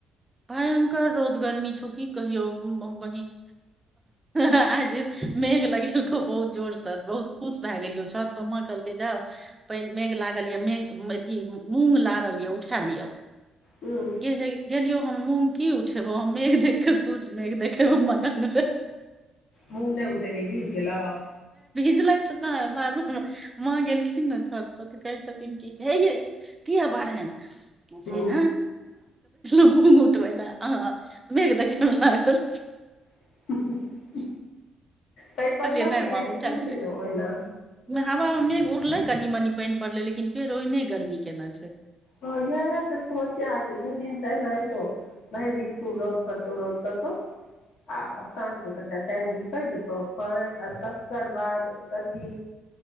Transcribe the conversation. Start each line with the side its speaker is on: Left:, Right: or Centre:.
Right: भयंकर रोदगर्मी छो की कहियौ बहिन आइ जे मेघ लगेलको बहुत जोरसँ बहुत खुश भए गेलियो छत पर म कहलकै जाउ पान मेघ लागल या मेघ अथी मूग लारल यऽ उठा लिअ
Left: हूँ
Right: गेललियौ की उठेबौउ देख खुश मेघ देखेब मगन
Left: मूँग नहि उठेल भीज गेलेऊ
Right: बुझलथि बाद माँ गेलखिन ने छत पर त कहे छथिन कि हेये कििया बढ़नि
Left: हूँ
Right: से आ मुूग उठबै ने अ मेघ देखे मे लाग गेल छी
Left: <inaudible>
Right: <inaudible>
Left: पानि पड़लौ
Right: कहलियए नहि
Left: कि
Right: माँ हम उठा
Left: कि उड़ि गेलौ
Right: देै
Left: ओहिना
Right: ह ड़ले कनी मनी पानि पड़ले लेकिन फेर ओहिने गर्मी केने छै
Left: ह य ह तऽ समस्या आ छै दू दिन सॅं एनहतो भयिर दिन खूब रौद करतौ रौद करतौ आ साँझके कनि टा चारि बुनि पड़ि जेतहु पानि आ तकर बाद गर्मी